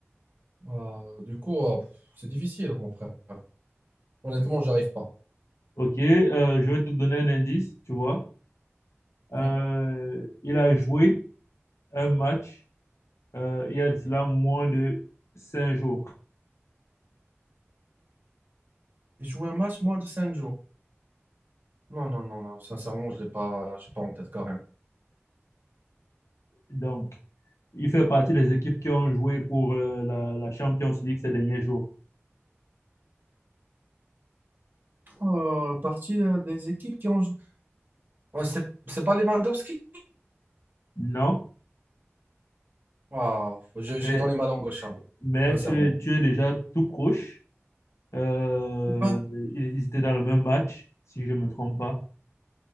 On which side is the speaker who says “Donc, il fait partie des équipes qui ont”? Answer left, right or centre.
Left